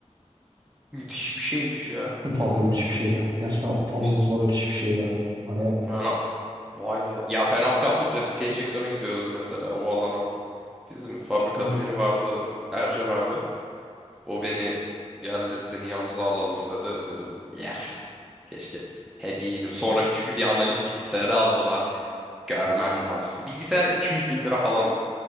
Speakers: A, in the centre; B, on the right.
A: Müthiş bir şeymiş ya.
B: Fazla müthiş bir şeydi. Gerçekten fazla
A: Biz
B: müthiş bir şeydi. Hani
A: ben ah- vay be. Ya ben az kalsın plastik enjeksiyona gidiyordum mesela o alana. Bizim fabrikada
B: işte
A: biri vardı Ercan abi. O beni yerleri seni yanımıza alalım dedi. Dedim ya Keşke hediyeydim. Sonra bir- çünkü bir analiz bilgisayarı aldılar. Görmen lazım. Bilgisayar 200 bin lira falan